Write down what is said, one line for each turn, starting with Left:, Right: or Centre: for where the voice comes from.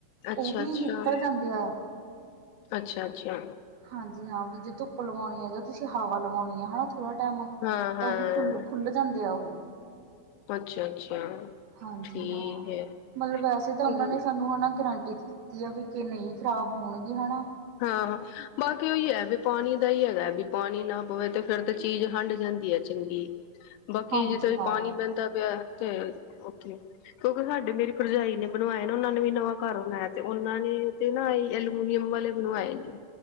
Left: ਅੱਛਾ-ਅੱਛਾ,
Right: ਓ ਵੀ ਨਿਕੱਲ ਜਾਂਦੇ ਆ।
Left: ਅੱਛਾ-ਅੱਛਾ।
Right: ਹਾਂਜੀ ਹਾਂ ਵੀ ਜੇ ਤੁੱਪ ਲਵਾਓਣੀ ਆ ਜਾਂ ਤੁਸੀ ਹਵਾ ਲਵਓਣੀ ਹੈ ਹਣਾ ਥੋੜਾ ਟੈਮ ਆ।
Left: ਹਾਂ-ਹਾਂ
Right: ਤਾ ਉਹ ਖੁੱਲ-ਖੁੱਲ ਜਾਂਦੇ ਆ ਓਹੋ।
Left: ਅੱਛਾ-ਅੱਛਾ।
Right: ਹਾਂਜੀ
Left: ਠੀਕ
Right: ਹਾਂ, ਮਲਬ ਵੈਸੇ
Left: ਹੈ।
Right: ਤਾ ਓਨਾ ਨੇ ਸਾਨੂੰ ਹਨਾਂ ਗਰਂਟੀ ਦਿਤੀ ਤੀ ਆ ਵੀ ਕਿ ਨਈ ਖਰਾਬ ਹੋਣਗੇ ਹਣਾ।
Left: ਹਾਂ ਬਾਕੀ ਓਈ ਐ ਵੀ ਪਾਣੀ ਦਾ ਈ ਐਗੈ ਬਈ ਪਾਨੀ ਨਾ ਪਵੇ ਤੇ ਫੇਰ ਤੇ ਚੀਜ਼ ਹਾੰਡ ਜਾਂਦੀ ਐ ਚੰਗੀ। ਬਾਕੀ
Right: ਹਾਂਜੀ
Left: ਜਿੱਥੇ ਵੀ
Right: ਹਾਂ
Left: ਪਾਨੀ ਬੈਂਦਾ ਪਯੈ ਓਤੇ ਓਥੇ ਕਯੋਕਿ ਸਾਡੀ ਮੇਰੀ ਪਰਜਾਈ ਨੇ ਬਣਵਾਏ ਨਾ ਓਨਾ ਨੇ ਵੀ ਨਵਾਂ ਘਾੱਰ ਬਨਾਐ ਤੇ ਓਨਾ ਨੇ ਤੇ ਨਾ ਏ ਐਲਮੂਨੀਅਮ ਵਾਲੇ ਬਨਵਾਏ ਨੇ,